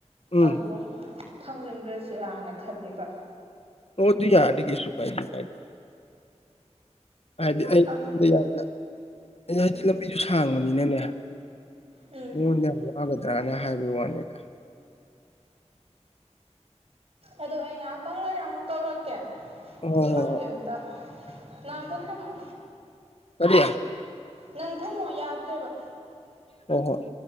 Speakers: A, on the left; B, on the right.
A: ꯎꯝ
B: ꯑꯗꯨꯨꯡ ꯊꯥꯡꯖꯤꯟꯈ꯭ꯔꯁꯤꯔꯥꯅ ꯈꯜꯂꯤꯕ
A: ꯑꯣ ꯑꯗꯨ ꯌꯥꯅꯤ ꯀꯩꯁꯨꯨ ꯀꯥꯏ ꯀꯥꯏꯦ ꯍꯥꯏꯗꯤ ꯑꯩ
B: ꯑꯗꯣ
A: ꯌꯥꯝꯅ ꯍꯥꯏꯗꯤ ꯂꯝꯕꯤꯁꯨ ꯁꯥꯡꯕꯅꯤꯅꯅꯦ
B: ꯎꯝ
A: ꯃꯤꯉꯣꯟꯗ ꯌꯥꯝ ꯋꯥꯒꯗ꯭ꯔꯥꯅ ꯍꯥꯏ ꯋꯥꯅꯤꯗ
B: ꯑꯗꯣ ꯑꯩ ꯉꯥꯏꯍꯥꯛꯇꯪ ꯂꯩꯔ ꯑꯃꯨꯛ ꯇꯧꯔꯛꯀꯦ
A: ꯍꯣꯏ ꯍꯣꯏ
B: ꯊꯥꯝꯒꯦ
A: ꯍꯣꯏ
B: ꯑꯃꯝꯇ ꯅꯪ ꯑꯃꯇ ꯊꯝꯃꯨ
A: ꯀꯔꯤ
B: ꯅꯪ ꯊꯝꯃꯣ ꯌꯥꯗ꯭ꯔꯦꯕ
A: ꯑꯣ ꯍꯣꯏ